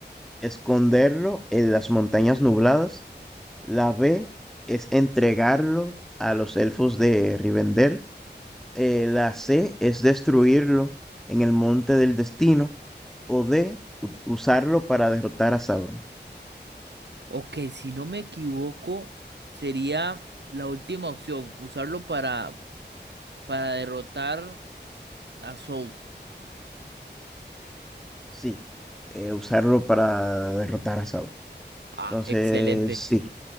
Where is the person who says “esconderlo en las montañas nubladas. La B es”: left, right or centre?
Centre